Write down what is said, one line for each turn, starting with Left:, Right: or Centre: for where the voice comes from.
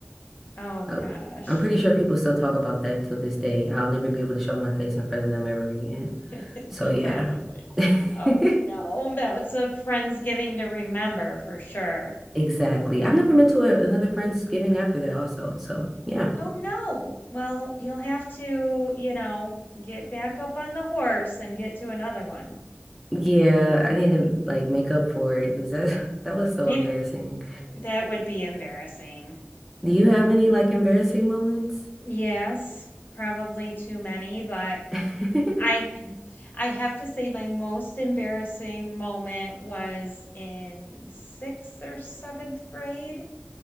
Left: Oh
Centre: I,
Left: gosh.
Centre: I'm pretty sure people still talk about that until this day. I'll never be able to show my face in front of them ever again.
Left: <laughs>
Centre: So
Left: They
Centre: yeah.
Left: probably.
Centre: <laughs>
Left: Oh no, that was a friend's giving to remember for sure.
Centre: Exactly. I've never been to a, another Friendsgiving after that also. So yeah.
Left: Oh no. Well, you'll have to, you know, get back up on the horse and get to another one.
Centre: Yeah, I need to like make up for it because that <laughs> that was so
Left: Maybe
Centre: embarrassing.
Left: that would be embarrassing.
Centre: Do you have any like embarrassing moments?
Left: Yes, probably too many, but
Centre: <laughs>
Left: I I have to say my most embarrassing moment was in 6th or 7th grade.